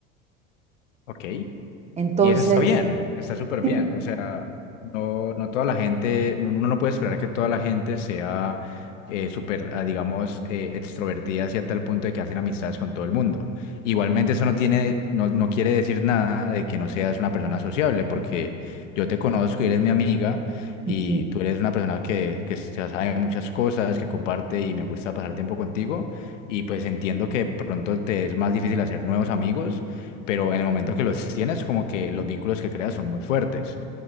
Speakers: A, on the left (about 65°); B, on the right (about 15°).
A: Ok.
B: Entonces,
A: Y eso está bien, está súper
B: sí,
A: bien. O sea, no, no toda la gente, no- uno no puede esperar que toda la gente sea eh, súper, ah, digamos, eh, extrovertida hacia tal punto de que hacen amistades con todo el mundo. Igualmente eso no tiene, no, no quiere decir nada de que no seas una persona sociable, porque yo te conozco y eres mi amiga
B: sí.
A: y tú eres una persona que, que se sabe muchas cosas, que comparte y me gusta pasar tiempo contigo y pues entiendo que de pronto te es más difícil hacer nuevos amigos pero en el momento que los tienes, como que los vínculos que creas son muy fuertes.